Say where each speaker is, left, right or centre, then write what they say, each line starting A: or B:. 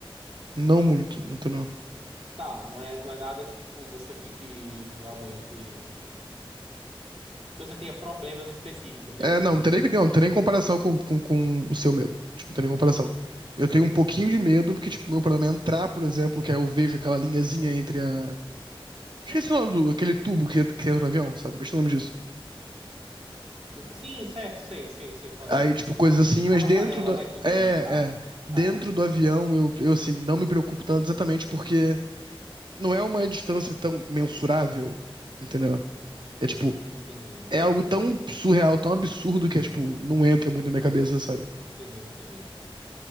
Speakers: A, on the right (about 55°); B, on the right (about 80°).
A: não muito, entendeu?
B: Tá, não é, não é nada que, tipo, você fique realmente. Que você tenha problemas específicos, né,
A: É,
B: com
A: não,
B: isso.
A: não tem nem, não, não tem nem comparação com, com, com o seu medo. Tipo, não tem nem comparação.
B: Uhum.
A: Eu tenho um pouquinho de medo, porque, tipo, meu problema é entrar, por exemplo, que aí eu vejo aquela linhazinha entre a. Esqueci o nome do, aquele tubo que, que entra no avião, sabe? Esqueci o nome disso.
B: Sim, certo, sei, sei, sei qual
A: Aí,
B: é.
A: tipo, coisas assim, mas
B: A passarela,
A: dentro da.
B: né, que tu diz,
A: É,
B: no caso.
A: é. Dentro
B: Tá.
A: do avião, eu, eu, assim, não me preocupo tanto exatamente porque não é uma distância tão mensurável, entendeu?
B: Hum,
A: É, tipo,
B: entendi.
A: é algo tão surreal, tão absurdo que é, tipo, não entra muito na minha cabeça, sabe?
B: Entendi, entendi.